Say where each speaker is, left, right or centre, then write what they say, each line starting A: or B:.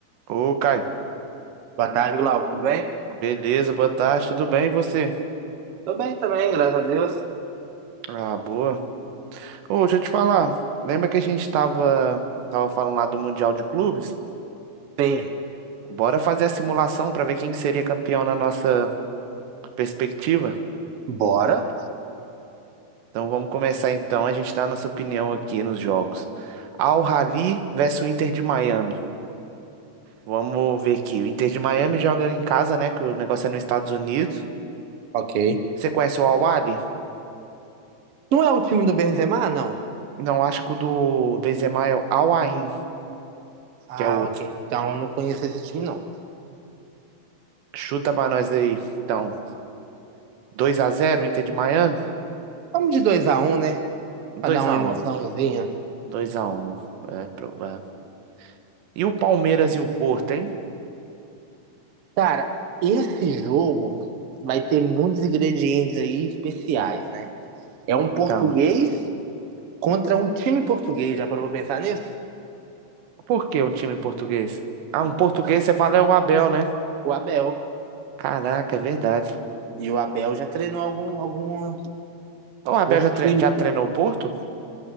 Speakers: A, on the right (about 85°); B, on the right (about 65°).
A: Ô, Caio.
B: Boa tarde, Glauco. Tudo bem?
A: Beleza, boa tarde, tudo bem e você?
B: Tô bem também, graças a Deus.
A: Ah, boa. Ô, deixa eu te falar. Lembra que a gente tava, tava falando lá do Mundial de Clubes?
B: Sim,
A: Bora fazer a simulação pra ver quem que seria campeão na nossa perspectiva?
B: bora.
A: Então vamos começar então, a gente dá a nossa opinião aqui nos jogos. Al Ahly versus o Inter de Miami. Vamos ver aqui. O Inter de Miami joga em casa, né? Que o negócio é nos Estados Unidos.
B: Ok.
A: Você conhece o Al Ahly?
B: Não é o time do Benzema, não?
A: Não, acho que o do Benzema é o Al Ain,
B: Ah,
A: que é outro.
B: ok. Então eu não conheço esse time, não.
A: Chuta pra nós aí. Então, 2 a 0 Inter de Miami?
B: Vamos de dois a um, né?
A: 2
B: Pra dar uma
A: a
B: emoçãozinha.
A: 1 2 a 1 É provável. E o Palmeiras e o Porto, hein?
B: Cara, esse jogo vai ter muitos ingredientes aí especiais, né? É um português
A: Então,
B: contra um time português. Já parou pra pensar nisso?
A: por que um time português? Ah, um português,
B: Vai.
A: você fala é o Abel, né?
B: O Abel.
A: Caraca, é verdade.
B: E o Abel já treinou algum, algum,
A: O Abel
B: alguns
A: já, tre-
B: times.
A: já treinou o Porto?